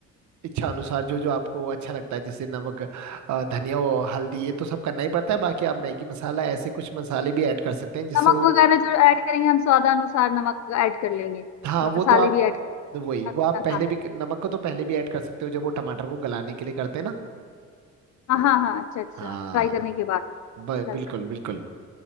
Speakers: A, on the right; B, on the left.
A: इच्छा अनुसार जो जो आपको अच्छा लगता है जैसे नमक अ, धनिया और हल्दी ये तो सब करना ही पड़ता है बाकी आप मैगी मसाला ऐसे कुछ मसाले भी ऐड कर सकते हैं जिससे
B: नमक
A: वो
B: वगैरह जो ऐड करेंगे हम स्वादानुसार नमक ऐड कर लेंगे
A: हाँ
B: मसाले
A: वो तो आप
B: भी ऐड कर लेंगे
A: वही वो
B: कितना
A: आप पहले
B: खाना
A: भी
B: है
A: नमक को तो पहले भी ऐड कर सकते हो जब वो टमाटर को गलाने के लिए करते हैं ना
B: हाँ हाँ हाँ अच्छा अच्छा
A: हाँ
B: फ्राई करने के बाद
A: ब-
B: कर
A: बिल्कुल
B: सकते
A: बिल्कुल